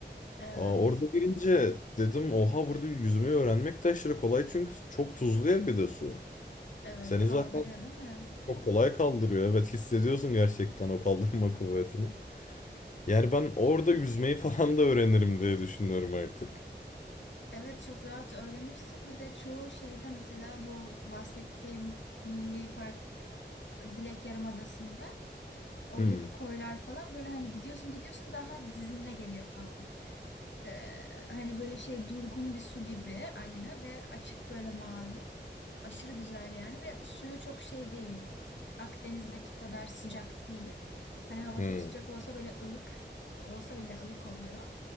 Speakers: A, on the left; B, on the left.
A: Evet.
B: Aa, orada girince dedim oha burada yüzmeyi öğrenmek de aşırı kolay çünkü çok tuzlu ya bir de su.
A: Evet.
B: Seni
A: Kaldırıyor
B: zaten
A: değil mi?
B: çok kolay kaldırıyor. Evet hissediyorsun gerçekten o kaldırma <laughs> kuvvetini. Yani ben orada yüzmeyi falan da öğrenirim diye düşünüyorum artık.
A: Evet çok rahat öğrenirsin. Bir de çoğu şeyde mesela bu bahsettiğim Milli Park Dilek Yarımadası'nda oradaki
B: Hmm.
A: koylar falan böyle hani gidiyorsun gidiyorsun daha dizinde geliyor falan. Ee, hani böyle şey durgun bir su gibi aynı ve açık böyle mavi. Aşırı güzel yani ve suyu çok şey değil. Akdeniz'deki kadar sıcak değil. Hani hava
B: Hmm.
A: çok sıcak olsa böyle ılık olsa bile ılık oluyor.